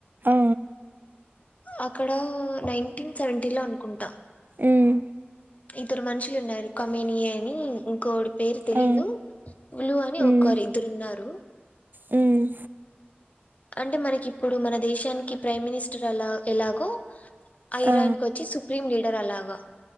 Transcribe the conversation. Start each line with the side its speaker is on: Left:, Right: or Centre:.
Right: ఆ, ఆ,
Left: అక్కడ నైన్టీన్ సెవెంటీ లో అనుకుంటా
Right: మ్మ్.
Left: ఇద్దరు మనుషులు ఉన్నారు కమీనియే అని ఇంకో పేరు తెలీదు
Right: ఆ,
Left: పలు అని
Right: మ్మ్.
Left: ఒకరు ఇద్దరున్నారు
Right: మ్మ్.
Left: అంటే మనకి ఇప్పుడు మన దేశానికి ప్రైమ్ మినిస్టర్ అలా ఎలాగో ఐరాన్
Right: ఆ,
Left: కు వచ్చి సుప్రీం లీడర్ ఉంటారు అలాగా